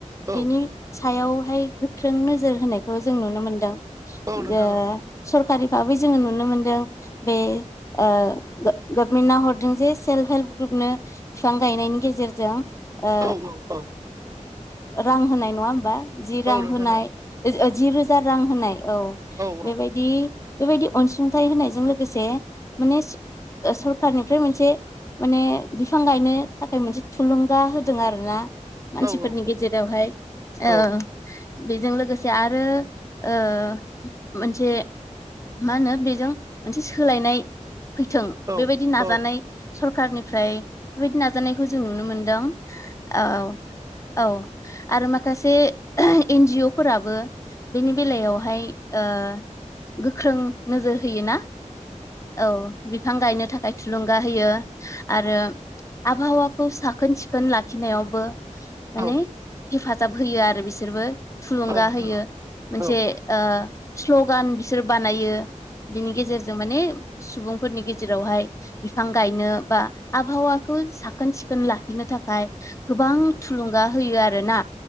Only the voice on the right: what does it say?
औ
औ नोंथां
औ
औ औ औ
औ नोंथां
औ
औ
औ
औ
औ
औ
औ नोंथां
औ नोंथां औ नोंथां औ
औ नोंथां औ